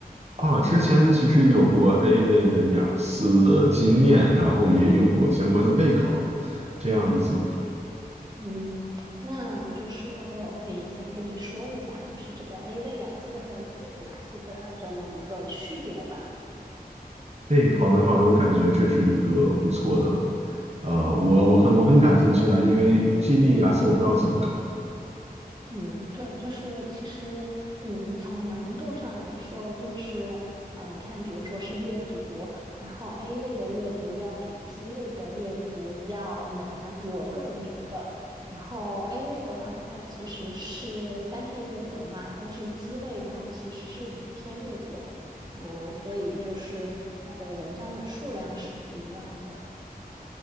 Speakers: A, on the right; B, on the right.
A: 啊。之前其实有过 A 类的雅思的经验，然后也有过相关的备考，这样子。
B: 嗯，那就是我可以先跟你说一下，就是这个 A 类雅思和 G 类雅思的这么一个区别吧。
A: 哎，好的好的，我感觉这是一个不错的，呃，我我很我很感兴趣啊，因为 GD 雅思我不知道怎么考。
B: 嗯，对，就是其实，嗯，从难度上来说，就是啊，你看，比如说是阅读，然后 A 类的阅读要比 G 类的阅读要难，我个人觉得。然后 A 类的话，它其实是三篇阅读嘛，但是 G 类它其实是五篇阅读，嗯，所以就是它的文章的数量是不一样的。